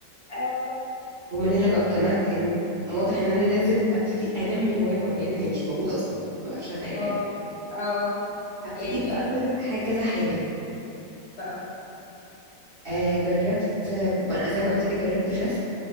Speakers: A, on the left (about 65°); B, on the right (about 45°).
A: اه
B: ومن هنا بقى اقتنعت انه واضح ان انا لازم ابتدي انمي هوايه معينه هي مش موجوده اصلا ما اعرفش عنها اي
A: اه
B: حاجه
A: اه
B: ابتديت
A: يعني
B: بقى اجرب حاجه كذا حاجه
A: بقى
B: آه جربت آه، زي ما قلت لك جربت الرسم